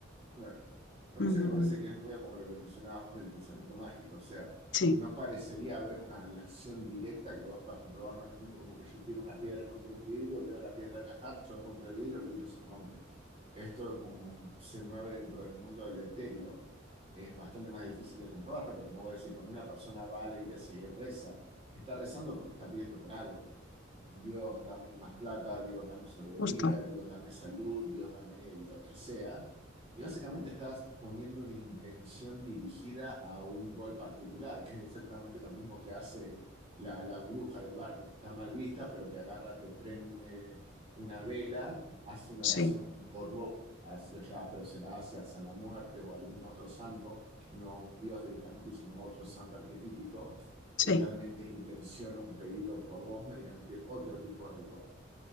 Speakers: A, on the right; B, on the left.
A: claro, lo que pasa
B: Ujú,
A: es que me parece que es medio como lo que mencionabas vos del pensamiento mágico. O sea,
B: Sí,
A: no parecería haber una relación directa que vos puedas comprobar. No es lo mismo como que yo tiro una piedra contra un vidrio, veo la piedra viajar, choco contra el vidrio, el vidrio se rompe. Esto como se mueve dentro del mundo del etéreo es bastante más difícil de comprobar, pero como voy a decir, cuando una persona va a la iglesia y reza, está rezando porque está pidiendo por algo. Dios, dame más plata, Dios, dame sabiduría,
B: justo,
A: Dios, dame salud, Dios, dame lo que sea y básicamente estás poniendo una intención dirigida a un gol particular, que es exactamente lo mismo que hace la, la bruja del barrio, que está mal vista, pero que agarra, te prende una vela, hace una
B: sí,
A: oración por vos, a ese- ya, pero se la hace a San la Muerte o a algún otro santo, no a un dios directamente, sino a otro santo arquetípico,
B: sí,
A: y realmente intenciona un pedido por vos mediante otro tipo de ritual.